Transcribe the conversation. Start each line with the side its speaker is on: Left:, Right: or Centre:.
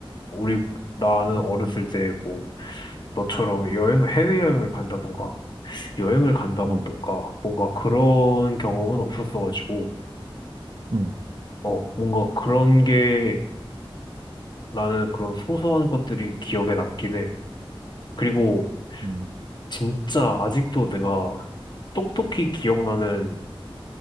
Left: 우리, 나는
Right: 음,
Left: 어렸을 때 뭐, 너처럼 여행, 해외여행을 간다던가, 여행을 간다던가,
Right: 응
Left: 뭔가 그런 경험은 없었어가지고,
Right: 응
Left: 어, 뭔가 그런 게 나는 그런 소소한 것들이 기억에 남긴 해. 그리고
Right: 음.
Left: 진짜 아직도 내가 똑똑히 기억나는